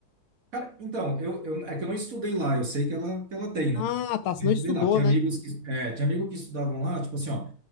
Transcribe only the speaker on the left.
Ah, tá, você
não
estudou,
né?